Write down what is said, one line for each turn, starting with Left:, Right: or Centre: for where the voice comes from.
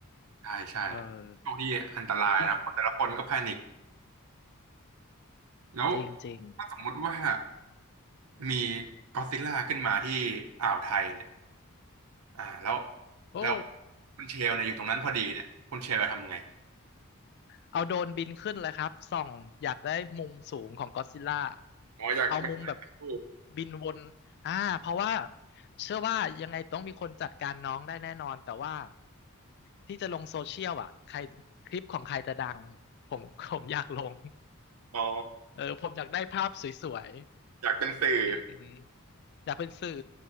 Right: ใช่ใช่
Left: เออ
Right: โชคที่อันตรายนะคนแต่ละคนก็แพนิค
Left: จริง
Right: แล้ว
Left: จริงจริง
Right: ถ้าสมมุติว่ามีก็อดซิลล่าขึ้นมาที่อ่าวไทยเนี่ย อ่าแล้ว
Left: โอ้
Right: แล้วคุณเชลเนี่ยอยู่ตรงนั้นพอดีเนี่ยคุณเชลจะทำไง
Left: เอาโดรนบินขึ้นเลยครับส่องอยากได้มุมสูงของก็อดซิลล่า
Right: อ๋ออยากเป็นนักพูด
Left: เอามุมแบบบินวนอ่าเพราะว่าเชื่อว่ายังไงต้องมีคนจัดการน้องได้แน่นอนแต่ว่าที่จะลงโซเชียลอ่ะใครคลิปของใครจะดังผมผมอยากลง
Right: อ๋อ
Left: เออผมอยากได้ภาพสวย
Right: อยากเป็นสื่อ
Left: ๆอืมอืมอยากเป็นสื่อ